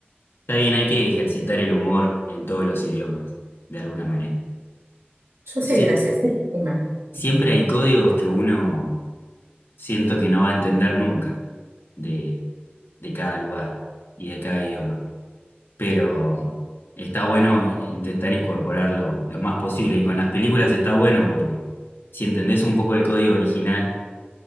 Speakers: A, on the left; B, on the right.
A: Está bien, hay que ejercitar el humor en todos los idiomas, de alguna manera.
B: Yo
A: Pues
B: soy
A: sí,
B: graciosísima.
A: siempre hay códigos que uno siento que no va a entender nunca de, de cada lugar y de cada idioma. Pero está bueno intentar incorporarlo lo más posible. Y con las películas está bueno porque si entendés un poco el código original,